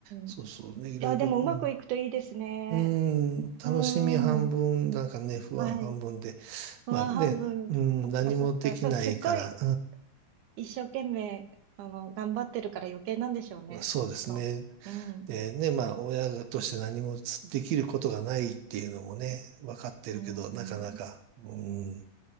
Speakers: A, on the right (about 70°); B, on the right (about 85°).
A: そうそうね、
B: ん。い
A: いろいろ、
B: や、でもうまくいくといいですね。
A: うん、うん、楽しみ半分、
B: うん。
A: なんかね、不安半分で、
B: はい。ワ半分、
A: まあね、うん、
B: そっかそっか、
A: 何もできないから、
B: そ、すっごい一生懸命、あの、頑張ってるから余計なんでしょうね。
A: そうですね。
B: そう。うん。
A: でね、まあ、親として何もつできることがないっていうのもね、分かってるけど、
B: うん。
A: なかなか、うん、